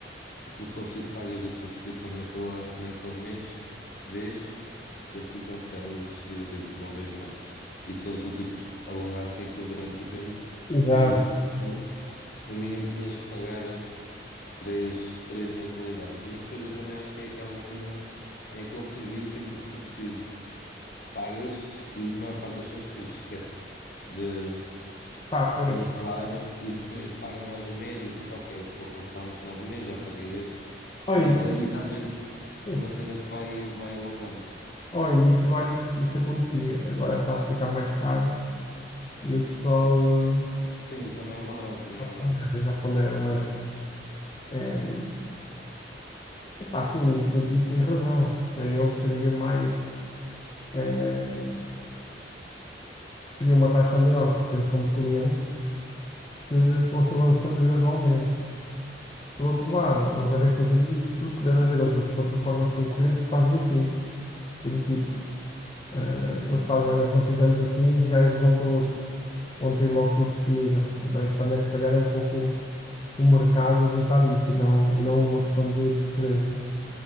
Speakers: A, on the left; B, on the left.
A: Tu, se for preciso, pagas a subscrição naquela, naquele mês, vês, e a seguir cancelas e do tipo, não vês mais. E se eles do tipo alongassem aquilo durante o tempo,
B: Exato.
A: tu no, no mínimo tinhas que pagar eh, três, três mensalidades. Mas depois eu também acho que é aquela cena, é aquele serviço em que tu, se for preciso, pagas e a maior parte das pessoas depois esquece de,
B: Pá,
A: de
B: pois,
A: cancelar e depois pagam mais um mês e tipo, ok, vou cancelar no final do mês, já paguei este.
B: olhem,
A: Mas, tipo, tá- isso às vezes
B: sim.
A: é uma cena que vai, vai alongando.
B: Ao início eu acho que isso acontecia, agora está a ficar mais caro e o pessoal eh,
A: Sim, também é verdade, também é verdade.
B: pondera, já pondera, mas é, epá, sim, nesse sentido tens razão. Para eles seria mais, eh, teria uma taxa maior de retenção de cliente se fosse avançando gradualmente. Por outro lado, eles devem fazer isso porque deve haver outras plataformas concorrentes que fazem assim. E do tipo, eh, eles fazem, olha, se não fizermos assim, os gajos vão para outro, onde tem logo tudo disponível. Então isso também se calhar é um pouco o mercado a ditar isso e não, e não uma questão de preferência.